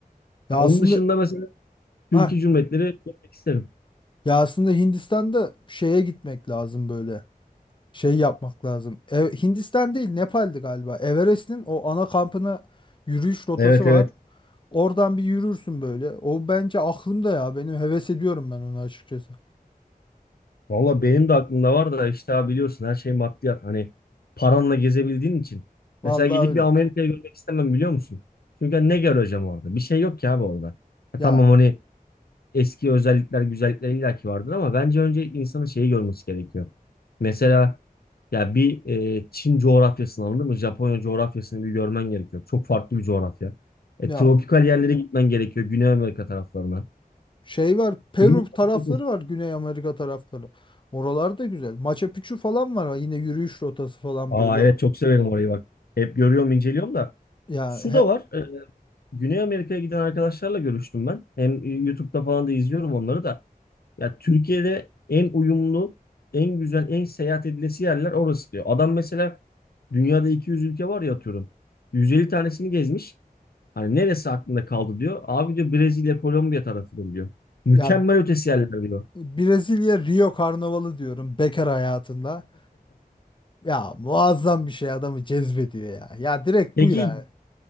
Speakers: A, on the left; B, on the left.
A: Ya
B: Ha,
A: aslında
B: Onun dışında mesela Türkiye
A: ah
B: Cumhuriyetleri görmek isterim.
A: ya aslında Hindistan'da şeye gitmek lazım böyle. Şey yapmak lazım. E, Hindistan değil Nepal'di galiba. Everest'in o ana kampına yürüyüş rotası
B: Evet
A: var.
B: evet.
A: Oradan bir yürürsün böyle. O bence aklımda ya. Benim heves ediyorum ben onu açıkçası.
B: Valla benim de aklımda var da işte abi biliyorsun her şey maddiyat. Hani paranla gezebildiğin için.
A: Vallahi
B: Mesela gidip
A: öyle.
B: bir Amerika'yı görmek istemem biliyor musun? Çünkü hani ne göreceğim orada? Bir şey yok ki abi orada. Ha,
A: Ya
B: tamam hani eski özellikler, güzellikler illaki vardır ama bence önce insanın şeyi görmesi gerekiyor. Mesela ya bir e, Çin coğrafyasını anladın mı? Japonya coğrafyasını bir görmen gerekiyor. Çok farklı bir coğrafya. E,
A: ya
B: tropikal yerlere gitmen gerekiyor. Güney Amerika taraflarına.
A: Şey var, Peru
B: Bilmiyorum,
A: tarafları
B: çok hoş.
A: var, Güney Amerika tarafları. Oralar da güzel. Machu Picchu falan var. Yine yürüyüş rotası falan
B: Aa
A: böyle o.
B: evet çok severim orayı bak. Hep görüyorum, inceliyorum da.
A: Ya
B: Şu
A: he-
B: da var. e, Güney Amerika'ya giden arkadaşlarla görüştüm ben. Hem e, YouTube'da falan da izliyorum onları da. Ya Türkiye'de en uyumlu, en güzel, en seyahat edilesi yerler orası diyor. Adam mesela dünyada 200 ülke var ya atıyorum. 150 tanesini gezmiş. Hani neresi aklında kaldı diyor. Abi diyor Brezilya, Kolombiya tarafıdır diyor. Mükemmel
A: ya
B: ötesi yerler diyor.
A: Brezilya Rio Karnavalı diyorum bekar hayatında. Ya muazzam bir şey adamı cezbediyor ya. Ya direkt
B: Peki
A: bu ya.